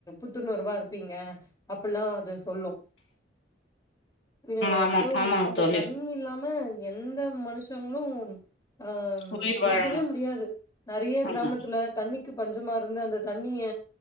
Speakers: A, on the left (about 20°); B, on the left (about 70°).
A: புத்துணர்வா இருப்பீங்க அப்படியெல்லா அது சொல்லு அ
B: ஆமாம்
A: அப்போ இந்த
B: ஆமாங்க
A: இந்த
B: தோழி.
A: தண்ணி இல்லாம எந்த மனுஷங்களு ஆ
B: உயிர் வாழ
A: இருக்கவே முடியாது நெறைய கிராமத்துல
B: ஆமா.
A: தண்ணி க்கு பஞ்சமா இருந்து அந்த தண்ணிய